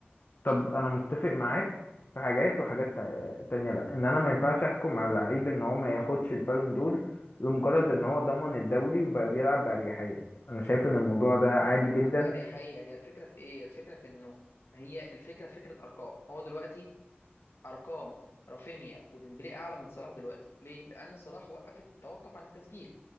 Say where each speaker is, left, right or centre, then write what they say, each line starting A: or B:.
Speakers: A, on the left; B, on the left.
A: طب انا متفق معاك في حاجات وحاجات تع- تانية لا ان انا ما ينفعش احكم على لعيب ان هو ما ياخدش البالون دور لمجرد ان هو ضمن الدوري وبقى بيلعب بأريحية انا شايف ان الموضوع ده
B: مش
A: عادي
B: بيلعب
A: جدا
B: بأريحية هي الفكرة في إيه؟ الفكرة في إنه هي الفكرة في فكرة أرقام هو دلوقتي أرقام رافينيا وديمبلي أعلى من صلاح دلوقتي ليه؟ لأن صلاح وقف توقف عن التسجيل